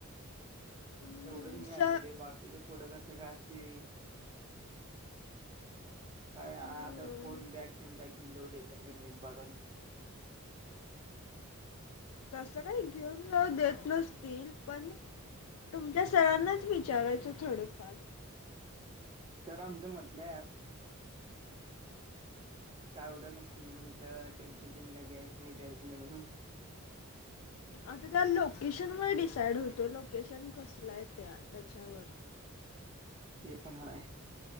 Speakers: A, on the left (about 75°); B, on the right (about 25°).
A: हम्म
B: तेवढच मी
A: स
B: ऐकले बाकीच पुड कस काय असते. काय
A: हम्म
B: आता फोन बॅग त काय घेऊन जाऊ द्याच्यात का नाही बघा. ‌
A: तस काही घेऊन देत नसतील पण. तुमच्या सरांनाच विचारायच थोडफार.
B: सर आमच म्हटल्यात. काय एवड नसते म्हणून टेन्शन तेन काय घ्यायच नाही देतच नाही म्हणून.
A: आता त्या लोकेशन व डिसाइड होतो लोकेशन कसल आहे त्या त्याच्यावर.
B: ते पण हाय.